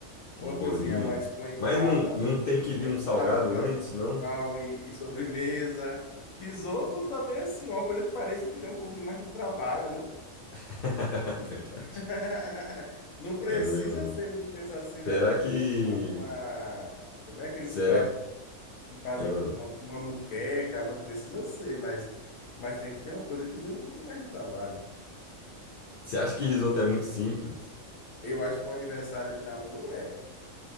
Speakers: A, on the left; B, on the left.
A: uma
B: um bolinho.
A: coisinha a mais com a entrada,
B: Mas não, não tem que
A: com
B: vir
A: a
B: um
A: entrada,
B: salgado
A: prato
B: antes,
A: principal
B: não?
A: e, e sobremesa. Risoto também, assim, uma coisa que parece que tem um pouquinho mais de trabalho, não?
B: <laughs> É verdade.
A: <laughs> Não precisa
B: É verdade.
A: ser, vamos pensar assim, né?
B: Será que.
A: Uma, uma- como é aqueles
B: Será.
A: pratos que fazem
B: Ah,
A: com uma, uma moqueca? Não precisa ser, mas, mas tem que ter uma coisa que dê um pouquinho mais de trabalho.
B: você acha que risoto é muito simples?
A: Eu acho que o aniversário de namoro é.